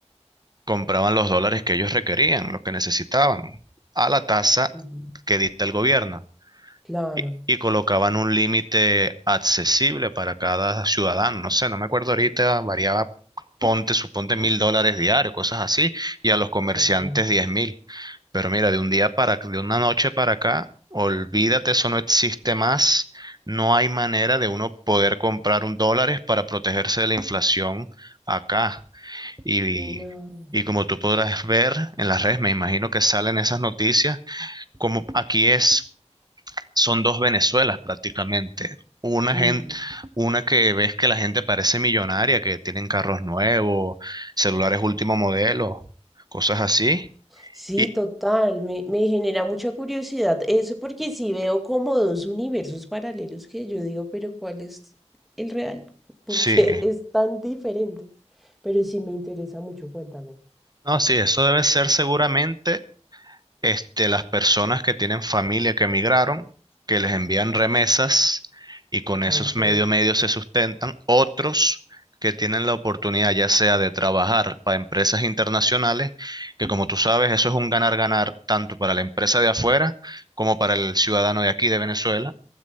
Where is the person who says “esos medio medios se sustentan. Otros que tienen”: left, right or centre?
Right